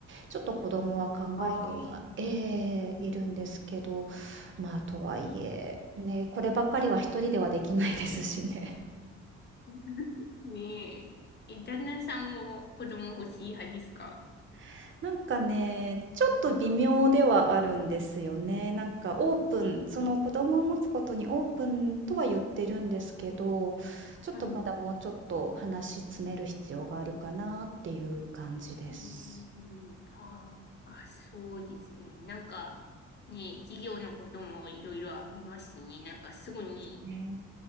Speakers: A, on the right; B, on the left.
A: ちょっと子供は考えてはええ、
B: ああ。
A: いるんですけど、まあ、とはいえ、ね、こればっかりは一人ではできないですしね。
B: <laughs> ねえ。え、旦那さんも子供欲しい派ですか
A: <laughs> なんかね、ちょっと微妙ではあるんですよね。なんかオープン、その子供を持つことにオープンとは言ってるんですけど、ちょっとまだもうちょっと話し詰める必要があるかなっていう感じです。
B: はい。うんうんあーあ、そうですね。なんか、ね、授業のこともいろいろありますしね。なんかすぐに、
A: ね。